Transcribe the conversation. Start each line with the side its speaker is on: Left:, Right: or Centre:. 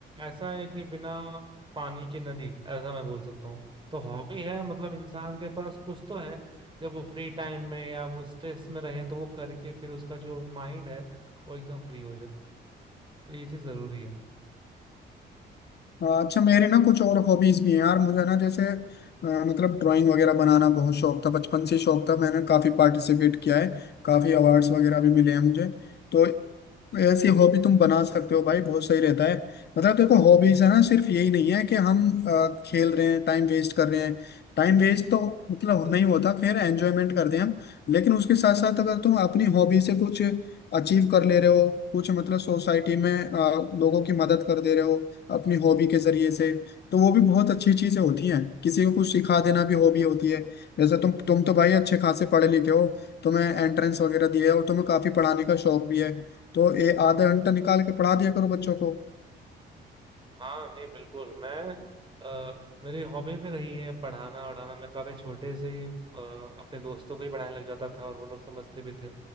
Right: ऐसा है कि बिना पानी की नदी ऐसा मैं बोल सकता हूँ तो हॉबी है मतलब इंसान के पास कुछ तो है जब वो फ्री टाइम में या वो स्ट्रेस में रहे तो वो करके फिर उसका जो माइंड है वो एकदम फ्री हो जाए तो ये चीज जरूरी है
Left: हाँ, अच्छा मेरे ना कुछ और हॉबीज भी हैं यार मुझे ना जैसे अ, मतलब ड्राइंग वगैरह बनाना बहुत शौक था बचपन से शौक था मैंने काफी पार्टिसिपेट किया है काफी अवार्ड्स वगैरह भी मिले हैं मुझे तो ऐसी हॉबी तुम बना सकते हो भाई बहुत सही रहता है मतलब देखो हॉबीज है ना सिर्फ यही नहीं है कि हम अ, खेल रहे हैं टाइम वेस्ट कर रहे हैं टाइम वेस्ट तो मतलब नहीं होता फिर एंजॉयमेंट करते हैं हम लेकिन उसके साथ साथ अगर तुम अपनी हॉबी से कुछ अचीव कर ले रहे हो कुछ मतलब सोसाइटी में अ, लोगों की मदद कर दे रहे हो अपनी हॉबी के जरिए से तो वो भी बहुत अच्छी चीजें होती हैं किसी को कुछ सिखा देना भी हॉबी होती है जैसे तुम तुम तो भाई अच्छे खासे पढ़े लिखे हो तुम्हें एंट्रेंस वगैरह दिए है और तुम्हें काफी पढ़ाने का शौक भी है तो ये आधा घंटा निकाल के पढ़ा दिया करो बच्चों को
Right: हाँ नहीं बिल्कुल मैं अ, मेरी हॉबी भी रही है पढ़ाना वढ़ाना मैं काफी छोटे से ही अ, अपने दोस्तों को ही पढ़ाने लग जाता था और वो लोग समझते भी थे